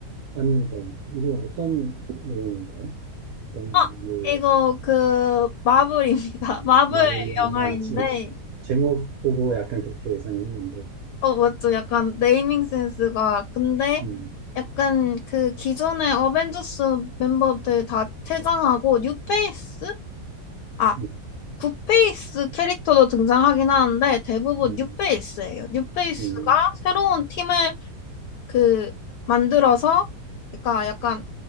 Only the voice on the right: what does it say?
아닙니다. 이거 어떤 내용인가요? 어떤
그
마블 영화
지짜 지- 제목 보고 약간 그렇게 예상했는데
음,
음,
음,
음,